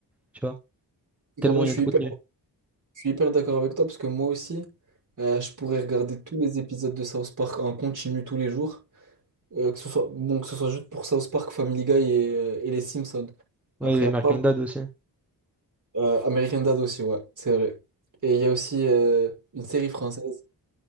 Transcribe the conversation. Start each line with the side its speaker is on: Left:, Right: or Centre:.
Centre: tu vois, tellement
Right: En vrai, je
Centre: il y
Right: suis
Centre: a de contenu.
Right: hyper Je suis hyper d'accord avec toi parce que moi aussi, euh, je pourrais regarder tous les épisodes de South Park en continu tous les jours, euh, que ce soit, bon, que ce soit juste pour South Park, Family Guy et, euh, et les Simpsons. Après,
Centre: Ouais, et
Right: il
Centre: American
Right: y a pas
Centre: Dad aussi.
Right: euh, American Dad aussi, ouais, c'est vrai. Et il y a aussi euh, une série française